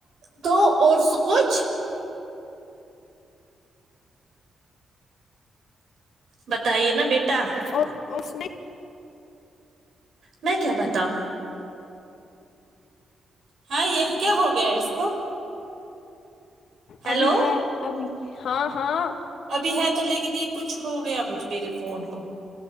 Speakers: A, on the right (about 60°); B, on the left (about 65°).
A: تو اور س کچھ بتائیے نا بیٹا
B: اور اور س نہیں
A: میں کیا بتاؤں ہاں یہ کیا ہو گیا اس کو ہیلو
B: ابھی ہے ابھی ہاں ہاں
A: ابھی ہے تو لیکن یہ کچھ ہو گیا مجھ میرے فون کو